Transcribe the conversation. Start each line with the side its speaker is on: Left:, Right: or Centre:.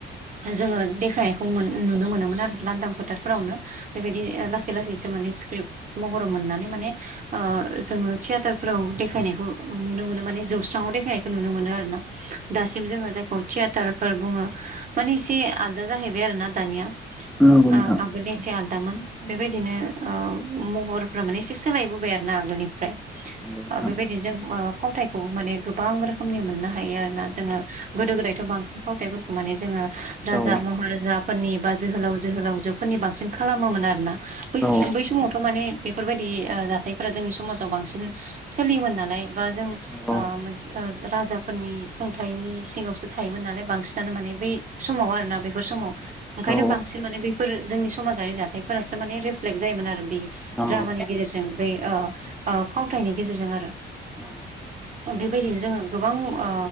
Right: जोङो देखायनायखौ मोन नुनो मोनोमोन आरो लांदां फोथारफोरावनो। बेबायदि लासै लासैसो माने स्क्रिप्ट महर मोननानै माने ओ जोङो थियेटारफोराव देखायनायखौ नुनो मोनो माने जौस्राङाव देखायनायखौ नुनो मोनो आरो ना। दासिम जोङो जायखौ थियेटारफोर बुङो। माने इसे आलदा जाहैबाय आरोना दानिया।
Centre: नोंथां
Right: औ आगोलनिया एसे आलदामोन बेबायदिनो ओ महरफोरा माने एसे सोलायबोबाय आरो ना आगोलनिफ्राय।
Centre: नंगौ नोंथां
Right: ओ बेबायदिनो जों ओ फावथायखौ माने गोबां रोखोमनि मोननो हायो आरो ना जोङो। गोदो गोदायथ' बांसिन फावथायफोरखौ माने जोङो राजा
Centre: औ
Right: महाराजाफोरनि बा जोहोलाव जोहोलावजो फोरनि बांसिन खालामोमोन आरोना बैस
Centre: औ
Right: बै समावथ' माने बेफोरबायदि ओ जाथायफोरा जोंनि समाजाव बांसिन सोलियोमोन नालाय बा जों ओ
Centre: नंगौ
Right: मोन ओ राजाफोरनि खुंथायनि सिंङावसो थायोमोन नालाय बांसिनानो माने बै समाव आरोना बेफोर समाव। ओंखायनो
Centre: औ
Right: बांसिन माने बेफोर जोंनि समाजारि जाथायफोरासो माने रिफ्लेक्ट जायोमोन आरो बे
Centre: नंगौ
Right: द्रामानि गेजेरजों ब फावथायनि गेजेरजों आरो।
Centre: औ।
Right: बेबायदिनो जोङो गोबां ओ